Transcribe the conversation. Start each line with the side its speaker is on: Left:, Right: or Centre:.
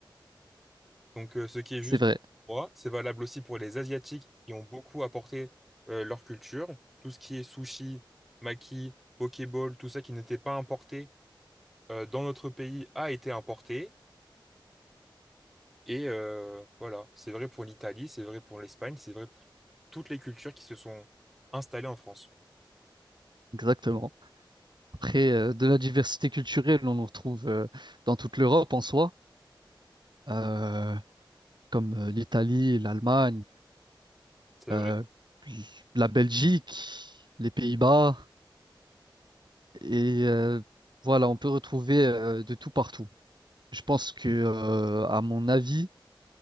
Centre: Donc euh, ce qui est
Right: C'est
Centre: juste
Right: vrai,
Centre: pour moi, c'est valable aussi pour les Asiatiques qui ont beaucoup apporté euh, leur culture. Tout ce qui est sushi, maki, pokéball, tout ça qui n'était pas importé euh, dans notre pays a été importé. Et euh, voilà, c'est vrai pour l'Italie, c'est vrai pour l'Espagne, c'est vrai pour toutes les cultures qui se sont installées en France.
Right: exactement. Après, euh, de la diversité culturelle, on en retrouve euh, dans toute l'Europe en soi, euh, comme euh, l'Italie, l'Allemagne,
Centre: C'est
Right: euh,
Centre: vrai.
Right: la Belgique, les Pays-Bas. Et euh, voilà, on peut retrouver euh, de tout partout. Je pense que, euh, à mon avis,